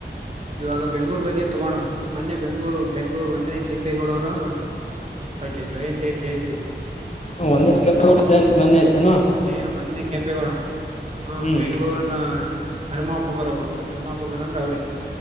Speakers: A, on the right (about 35°); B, on the left (about 35°).
A: ಇವಾಗ ಬೆಂಗ್ೂರ್ ಬಗ್ಗೆ ತಗೋಣ ಮೊನ್ನೆ ಬೆಂಗ್ೂರು ಬೆಂಗ್ಗಳೂರು ಒಂದನೇ ಕೆಂಪೇಗೌಡ ಅವರು ಅ್ಾ ಜಯಂತಿ ಆ್ ಜಯಂತಿ
B: ಒಂದಿನ ಕೆಂಪೇಗೌಡ ಜಯಂತಿ ಮೊನ್ನೆ ಆಯ್ತಾನು
A: ಮೊನ್ನೆ ಒಂದನೇ ಕೆಂಪೇಗೌಡ ಹ
B: ಹ್ಮ್
A: ಬೆಂಗಗಳೂರನ ಹರಿಮಾಪುಕರ್ ಅವರು ನಿರ್ಮಾಪಕರು ಅಂದ್ರೆ ಅವ್ರೇ